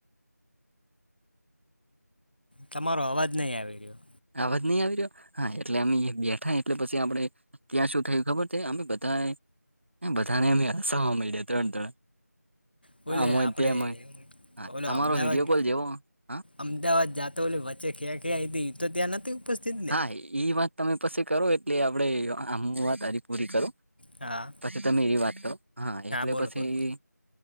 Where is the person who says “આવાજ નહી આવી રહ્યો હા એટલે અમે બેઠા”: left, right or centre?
Right